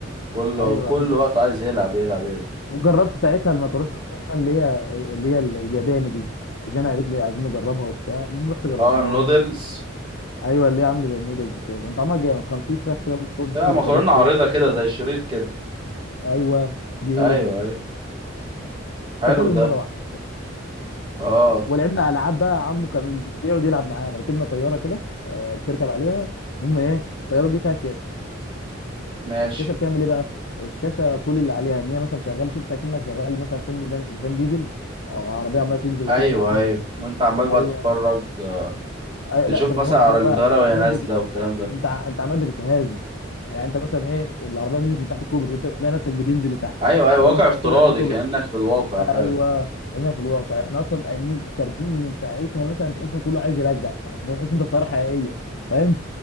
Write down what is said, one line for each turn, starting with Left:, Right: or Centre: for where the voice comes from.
Right: كل
Left: ايوه
Right: كل
Left: احنا
Right: وقت عايز يلعب يلعب يلعب
Left: وجربت ساعتها المكرونه اللي هي اللي هي الياباني دي جانا قالت لي عايزين نجربها وبتاع رحت جربناها
Right: اه النودلز
Left: ايوه اللي هي عامله زي النودلز كده كان طعمها جامد كان في فراخ كده برضه
Right: اه
Left: صوص
Right: مكرونه
Left: غريب كده
Right: عريضه كده زي الشريط كده
Left: ايوه دي
Right: ايوه
Left: هي دي
Right: ايوه حلو
Left: كلتهاش غير
Right: ده
Left: مره واحده
Right: اه
Left: آه، ولعبنا العاب بقى عمو كان بيقعد يلعب معانا ركبنا طياره كده آه، بتركب عليها المهم ايه الطياره دي فيها شاشه
Right: ماشي
Left: الشاشه بتعمل ايه بقى الشاشه كل اللي عليها ان هي مثلا شغال شفت اكنك شغال مثلا فيلم دان- فان ديزل او عربيه عماله تنزل وتطلع
Right: ايوه
Left: تنزل
Right: ايوه
Left: وتطلع
Right: وانت عمال بقى
Left: ايوه
Right: تتفرج آه،
Left: أي...
Right: تشوف
Left: لا انت مش
Right: مثلا
Left: عمال
Right: على
Left: تتفرج
Right: الطياره
Left: بقى انت
Right: وهي
Left: عمال
Right: نازله
Left: بت...
Right: والكلام ده
Left: انت ع- انت عمال بتتهز يعني انت مثلا ايه العربيه نزلت من تحت الكوبري انت تلاقي نفسك بتنزل لتحت
Right: ايوه ايوه
Left: العربيه
Right: واقع
Left: مثلا
Right: افتراضي
Left: طلعت لكوبري
Right: كانك في الواقع فعلا
Left: ايوه هنا في الواقع احنا اصلا قايمين خارجين من ساعتها مثلا تحس ان كله عايز يرجع فتحس انت خساره حقيقيه فاهم <laughs>